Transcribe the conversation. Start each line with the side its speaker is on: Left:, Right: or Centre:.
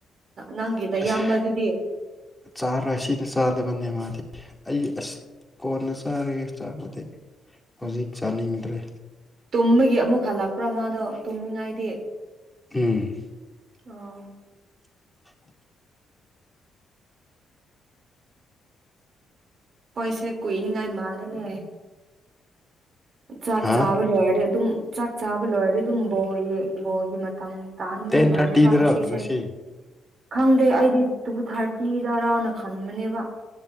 Right: ꯅꯪꯒꯤ ꯅꯌꯥꯝꯕ
Centre: ꯑꯁ
Right: ꯑꯗꯨꯗꯤ
Centre: ꯆꯥꯔꯣꯏ ꯑꯁꯤꯗ ꯆꯥꯗꯕꯅꯦ ꯃꯥꯗꯤ ꯑꯩ ꯑ ꯀꯣꯟꯅ ꯆꯥꯔꯒꯦ ꯆꯥꯔꯛꯄꯗꯤ ꯍꯧꯖꯤꯛ ꯆꯥꯅꯤꯡꯗ꯭ꯔꯦ
Right: ꯇꯨꯝꯕꯒꯤ ꯑꯃꯨꯛ ꯍꯜꯂꯛꯄ꯭ꯔꯥ ꯃꯥꯗꯣ ꯇꯨꯝꯃꯤꯉꯥꯏꯗꯤ
Centre: ꯎꯝ
Right: ꯑꯣ
Centre: <inaudible>
Right: ꯁꯦ ꯀꯅꯤ ꯅꯥꯏ ꯃꯥꯜꯦꯅꯦ ꯆꯥꯛ
Centre: ꯍꯥ
Right: ꯆꯥꯕ ꯂꯣꯏꯔꯗꯤ ꯑꯗꯨꯝ ꯆꯥꯛ ꯆꯥꯕ ꯂꯣꯏꯔꯗꯤ ꯑꯗꯨꯝ ꯕ ꯕꯣꯒꯤ ꯇꯝ ꯇꯥꯅꯤꯉ
Centre: ꯇꯦꯟ
Right: ꯏꯃꯂꯦ
Centre: ꯊꯥꯔꯇꯤꯗꯔꯣ
Right: ꯋꯥꯉ ꯁꯤꯁꯦ
Centre: ꯉꯁꯤ
Right: ꯈꯪꯗꯦ ꯑꯩꯗꯤ ꯇꯨ ꯊꯥꯔꯇꯤ ꯇꯔꯥꯅ ꯈꯟꯕꯅꯦꯕ